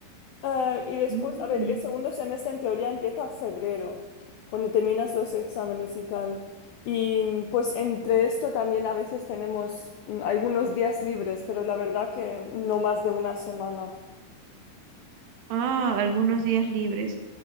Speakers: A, on the left; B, on the right.
A: eh, y después,
B: Mm.
A: a ver, el segundo semestre en teoría empieza febrero, cuando terminas los exámenes y tal. Y mm, pues entre esto también a veces tenemos mm, algunos días libres, pero la verdad que no más de una semana.
B: Ah, algunos días libres.